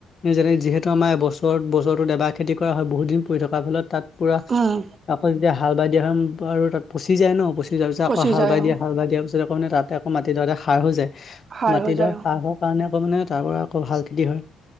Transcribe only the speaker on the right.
উম,
পচি
যায়
অ',
সাৰ
হৈ যায় অ'।